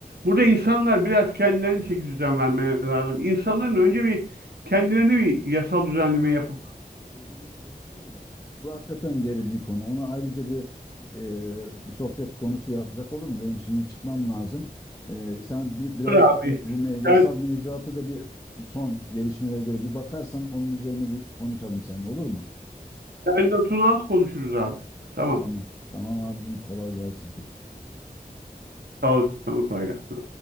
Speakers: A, on the right (about 85°); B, on the left (about 20°).
A: Burada insanlar biraz kendilerine çeki düzen vermeleri lazım. İnsanların önce bir kendilerine bir yasal düzenleme yapıp.
B: sözünü kesiyorum da bu hakikaten derin bir konu. Onu ayrıca bir, e, bir sohbet konusu yapsak olur mu? Benim şimdi çıkmam lazım. E, sen bir, birazcık
A: Dur abi.
B: da bu me- yasal
A: Sen,
B: mevzuatı da bir, bir son gelişmelere göre bir bakarsan onun üzerine bir konuşalım seninle olur mu?
A: sen notunu al konuşuruz abi. Tamam.
B: Tamam. Tamam abicim kolay gelsin.
A: Sağ olasın. Sana kolay gelsin.